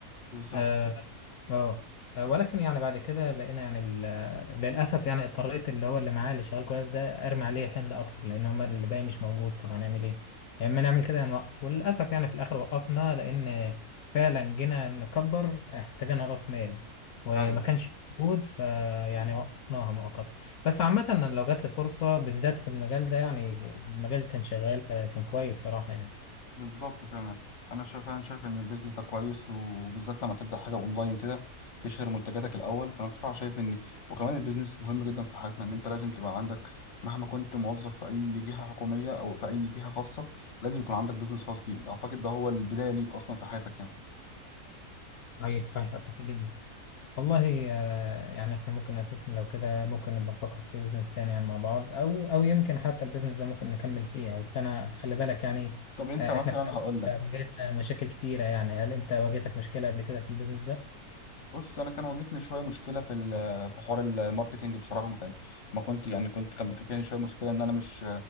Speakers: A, on the left; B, on the left.
A: بالظبط
B: آه، اه آه، ولكن يعني بعد كده لقينا يعني ال- للاسف يعني اضطريت اللي هو اللي معايا اللي شغال كويس ده ارمي عليه حمل اكتر لان هما اللي باقي مش موجود طب هنعمل ايه يا اما نعمل كده يا نوقف وللاسف يعني في الاخر وقفنا لان فعلا جينا نكبر احتاجنا راس مال وما
A: ايوه
B: كانش موجود فيعني وقفناها مؤقتا بس عامة أنا لو جات لي فرصة بالذات في المجال ده يعني المجال كان شغال فكان كويس صراحة يعني
A: بالظبط فعلا انا شايف انا شايف ان البيزنس ده كويس وبالذات لما تبدا حاجه اونلاين كده تشهر منتجاتك الاول فانا بصراحه شايف ان وكمان البيزنس مهم جدا في حياتنا ان انت لازم تبقى عندك مهما كنت موظف في اي جهه حكوميه او في اي جهه خاصه لازم يكون عندك بيزنس خاص بيك اعتقد ده هو البدايه ليك اصلا في حياتك يعني
B: صحيح صحيح أتفق جدا والله آه، يعني احنا ممكن اساسا لو كده ممكن نبقى نفكر في بيزنس تاني يعني مع بعض او او يمكن حتى البيزنس ده ممكن نكمل فيه بس انا خلي بالك يعني
A: طب انت
B: آه،
A: مثلا
B: احنا في الاول
A: هقول لك
B: آه، بدايتنا مشاكل كتيرة يعني هل انت واجهتك مشكلة قبل كده في البيزنس ده؟
A: بص انا كان واجهتني شويه مشكله في ال- في حوار الماركتينج بصراحه ما كان ما كنت يعني كنت كان بتواجهني شويه مشكله ان انا مش